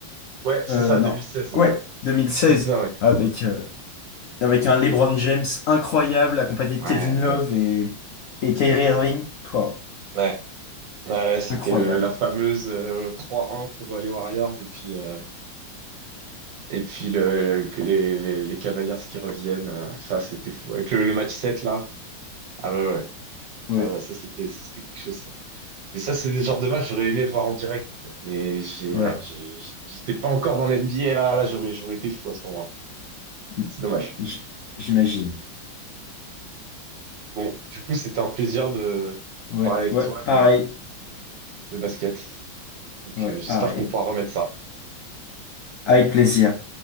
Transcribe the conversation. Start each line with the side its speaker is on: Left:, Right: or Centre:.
Right: Ouais, c'est
Left: Euh,
Right: ça,
Left: non,
Right: deux mille seize ouais.
Left: ouais, 2016
Right: C'est ça, ouais.
Left: avec euh, avec un LeBron James incroyable accompagné de
Right: Ouais,
Left: Kevin Love
Right: ouais,
Left: et et Kyrie Irving. Pouah.
Right: ouais. Ouais, ouais, c'était
Left: Incroyable.
Right: le, la fameuse euh, 3-1 pour euh, les Warriors et puis, euh, et puis le, que les, les, les Cavaliers qui reviennent. euh, ça, c'était fou. Avec le, le match 7 là. Ah ouais, ouais.
Left: Ouais,
Right: Ah ouais, ça, c'était ça, c'était quelque chose, ça. Mais ça, c'est des genres de match que j'aurais aimé voir en direct, en fait. Mais j'ai,
Left: ouais.
Right: voilà, j'ai- j'étais pas encore dans l'NBA, là. Là, j'aurais, j'aurais été fou à ce moment-là.
Left: Mm.
Right: C'est dommage.
Left: J- J'imagine.
Right: Bon, du coup, c'était un plaisir de
Left: Ouais,
Right: parler avec
Left: ouais,
Right: toi de,
Left: pareil.
Right: de basket. Donc,
Left: Ouais,
Right: euh, j'espère
Left: pareil.
Right: qu'on pourra remettre ça.
Left: Avec plaisir.